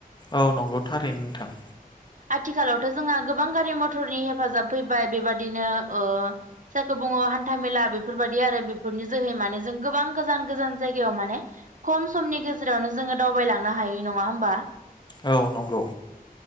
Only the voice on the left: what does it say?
औ नंगौ थारैनो नोंथां।
औ नंगौ